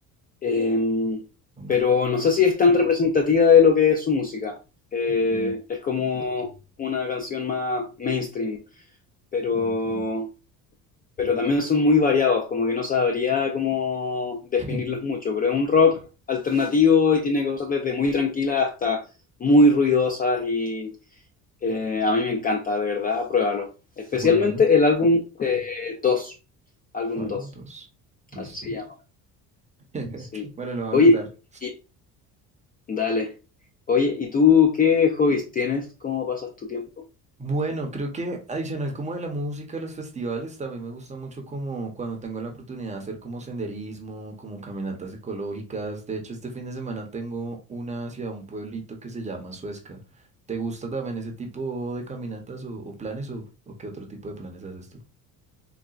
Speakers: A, on the left (about 25°); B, on the right (about 20°).
A: Em,
B: No me
A: pero no sé si es tan representativa de lo que es su música. Eh,
B: Ok,
A: es como una canción más mainstream, pero,
B: ok.
A: pero también son muy variados, como que no sabría cómo definirlos
B: <laughs>
A: mucho, pero es un rock alternativo y tiene cosas desde muy tranquilas hasta muy ruidosas y eh, a mí me encanta, de verdad, pruébalo. Especialmente
B: Bueno,
A: el álbum eh, 2 álbum
B: álbum
A: 2
B: dos. Listo.
A: así se llama,
B: <laughs>
A: sí.
B: Bueno, lo voy a
A: Oye,
B: anotar.
A: y, Dale. Oye, ¿y tú qué hobbies tienes? ¿Cómo pasas tu tiempo?
B: Bueno, creo que adicional como de la música, los festivales, también me gusta mucho como cuando tengo la oportunidad de hacer como senderismo, como caminatas ecológicas. De hecho, este fin de semana tengo una hacia un pueblito que se llama Suezca. ¿Te gusta también ese tipo de caminatas o, o planes o, o qué otro tipo de planes haces tú?